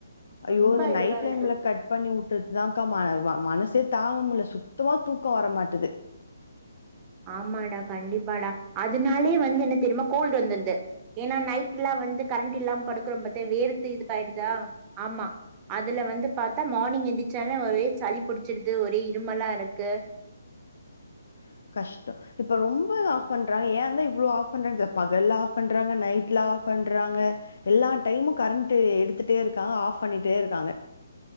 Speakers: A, on the left; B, on the right.
A: ஐயோ
B: ரொம்ப
A: இந்த நைட்
B: இதுவா இருக்கு
A: லைம்ல கட் பண்ணி விட்டுட்டு தா அக்கா வ மனசே தாங்க முல சுத்தமா தூக்கோ வரமாட்டது
B: ஆமாடா கண்டிப்பாடா அதனாலே வந்து என்ன தெரியுமா கோல்டு வந்துருது ஏன்னா நைட்லா வந்து கரண்ட் இல்லாம படுக்கற பத்திய வேர்த்து இது ஆயிடுதா ஆமா அதுல வந்து பாத்தா மார்னிங் எந்திரிச்சாலு ஒரே சளி புடிச்சடுது ஒரே இருமல்லா இருக்கு
A: <inaudible> கஷ்ட இப்ப ரொம்ப ஆஃப் பண்றாங்க ஏந்த தா இவ்ளோ ஆஃப் பண்றா பகல்ல ஆஃப் பண்றாங்க நைட்ல ஆஃப் பண்றாங்க எல்லா டைமு கரண்ட் எடுத்துட்டே இருக்காங்க ஆஃப் பண்ணிட்டே இருக்காங்க